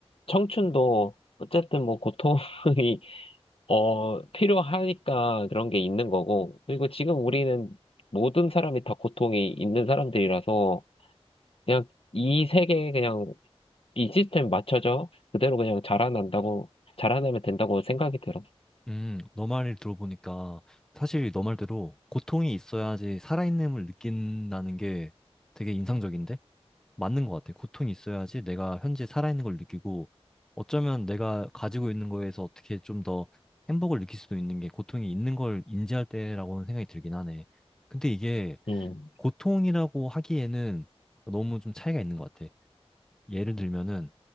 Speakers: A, on the left (about 60°); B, in the centre.
A: 청춘도 어쨌든 뭐 고통이 <laughs> 어, 필요하니까 그런 게 있는 거고 그리고 지금 우리는 모든 사람이 다 고통이 있는 사람들이라서 그냥 이 세계에 그냥 이 시스템 맞춰져 그대로 그냥 자라난다고 자라나면 된다고 생각이 들어.
B: 음, 너 말을 들어보니까 사실 너 말대로 고통이 있어야지 살아있음을 느낀다는 게 되게 인상적인데? 맞는 것 같아. 고통이 있어야지 내가 현재 살아있는 걸 느끼고 어쩌면 내가 가지고 있는 거에서 어떻게 좀 더 행복을 느낄 수도 있는 게 고통이 있는 걸 인지할 때라고는 생각이 들긴 하네. 근데 이게
A: 음,
B: 고통이라고 하기에는 너무 좀 차이가 있는 것 같아. 예를 들면은